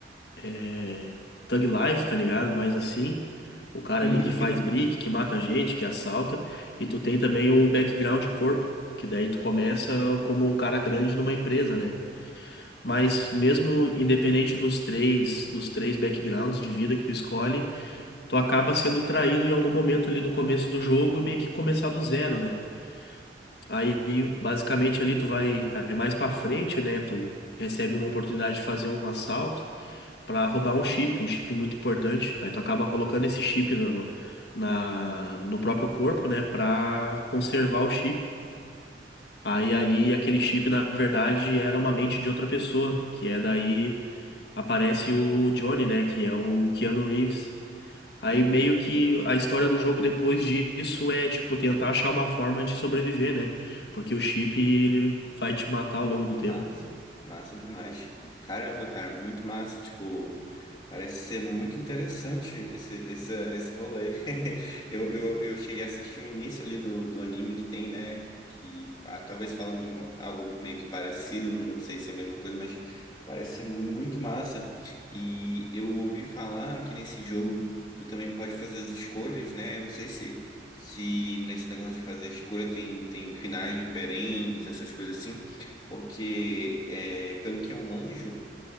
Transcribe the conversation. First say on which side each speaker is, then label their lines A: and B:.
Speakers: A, on the left; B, on the left.
A: É, Thug Life, tá ligado? Mais assim. O cara
B: <laughs>
A: ali que faz brick, que mata gente, que assalta. E tu tem também o background de corpo, que daí tu começa como um cara grande numa empresa, né? Mas mesmo independente dos três, dos três backgrounds de vida que tu escolhe, tu acaba sendo traído em algum momento ali do começo do jogo e meio que começar do zero, né? Aí, basicamente, ali tu vai aí mais pra frente, né? Tu recebe uma oportunidade de fazer um assalto pra roubar um chip, um chip muito importante. Aí tu acaba colocando esse chip no, na, no próprio corpo, né? Pra conservar o chip. Aí ali, aquele chip, na verdade, era uma mente de outra pessoa, que é daí aparece o Johnny, né? Que é o Keanu Reeves. Aí meio que a história do jogo depois disso é, tipo, tentar achar uma forma de sobreviver, né? Porque o chip, ele vai te matar ao longo do tempo.
B: Massa, massa demais. Caramba, cara, muito massa. Tipo, parece ser muito interessante esse, esse, esse rolê. <laughs> Eu, eu, eu cheguei a assistir o início ali do, do anime que tem, né? Que ah, talvez falam algo meio que parecido, não sei se é a mesma coisa, mas parece ser mu- muito massa. E eu ouvi falar que nesse jogo tu também pode fazer as escolhas, né? Eu não sei se, se nesse negócio de fazer escolha tem, tem finais diferentes, essas coisas assim. Porque, é, pelo que eu manjo,